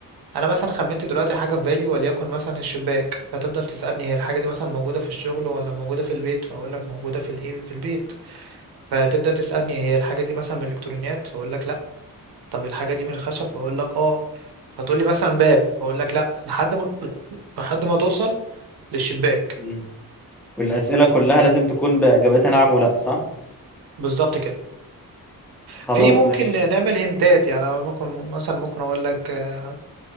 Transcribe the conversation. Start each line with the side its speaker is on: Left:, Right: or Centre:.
Right: انا مثلا خمنت دلوقتي حاجه في بالي وليكن مثلا الشباك فتفضل تسالني هي الحاجه دي مثلا موجوده في الشغل ولا موجوده في البيت فاقول لك موجوده في الايه في البيت فتبدأ تسألني هي الحاجة دي مثلا من الإلكترونيات فأقول لك لأ طب الحاجة دي من الخشب فأقول لك آه فتقول لي مثلا باب فأقول لك لأ لحد ما لحد ما توصل للشباك
Centre: مم. والاسئله كلها لازم تكون باجابتها نعم ولا صح
Right: بالظبط كده
Centre: خلاص
Right: في ممكن
Centre: ماشي
Right: نعمل هنتات يعني أنا ممكن مثلا ممكن أقول لك آه،